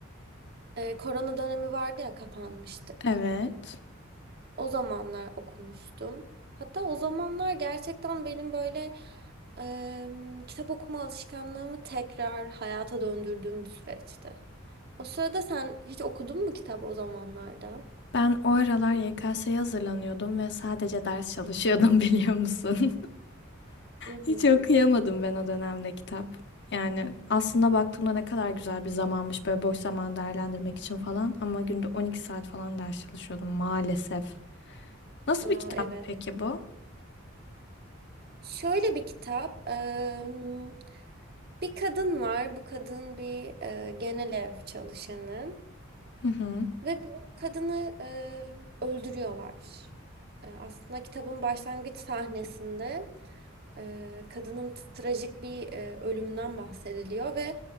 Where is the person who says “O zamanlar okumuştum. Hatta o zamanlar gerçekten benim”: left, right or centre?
Right